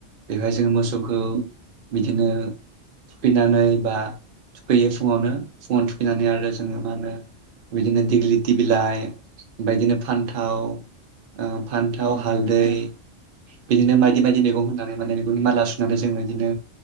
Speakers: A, on the right; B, on the right.
A: बेहाय जों मोसौखौ
B: उम
A: बिदिनो थुखैनानै बा थुखैयो फुङावनो फुङाव थुख बिनानै आरो जोङो मा होनो बिदिनो दिग्लि दि बिलाइ बायदिनो फान्थाव ओ फान्थाव,
B: उम
A: हालदै <inaudible> बिदिनो मायदि
B: उम
A: मायदि मैगं होननानै मोने माला सुनानै जों बिदिनो